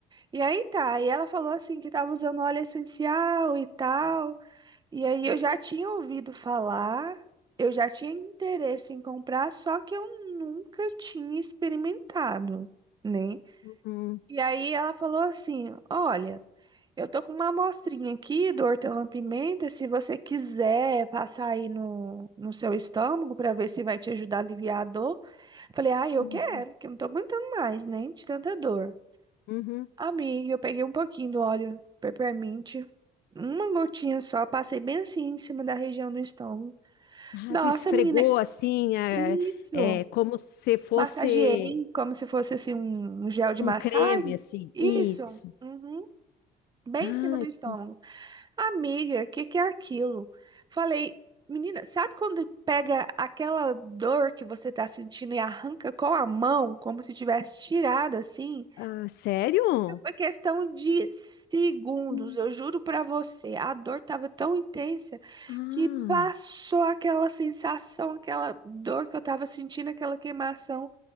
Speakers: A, on the right; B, on the left.
A: E aí tá, e ela falou assim que tava usando óleo essencial e tal. E aí eu já tinha ouvido falar, eu já tinha interesse em comprar, só que eu nunca tinha experimentado, né?
B: uhum,
A: E aí ela falou assim: "Olha, eu tô com uma amostrinha aqui do hortelã-pimenta, se você quiser passar aí no, no seu estômago para ver se vai te ajudar a aliviar a dor". Falei: "Ah, eu
B: uhum,
A: quero, porque eu não tô aguentando mais, né, de tanta dor".
B: uhum.
A: Amiga, eu peguei um pouquinho do óleo peppermint, uma gotinha só, passei bem assim em cima da região do estômago.
B: Ah,
A: Nossa,
B: tu esfregou
A: menina,
B: assim, é,
A: isso.
B: é, como se fosse
A: Massageei como se fosse assim um um gel de
B: um
A: massagem.
B: creme, assim.
A: Isso.
B: Isso.
A: Uhum. Bem
B: Ah,
A: em cima do
B: isso.
A: estômago. Amiga, o que que é aquilo? Falei, menina, sabe quando pega aquela dor que você tá sentindo e arranca com a mão, como se tivesse tirado assim?
B: Ah, sério?
A: Foi questão de segundos,
B: Sim.
A: eu juro pra você. A dor tava tão intensa
B: Ah,
A: que passou aquela sensação, aquela dor que eu tava sentindo, aquela queimação.